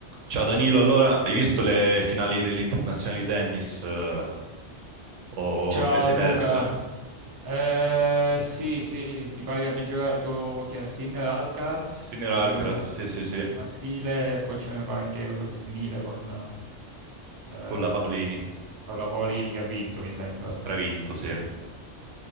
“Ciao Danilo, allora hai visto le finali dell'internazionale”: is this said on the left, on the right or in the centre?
Right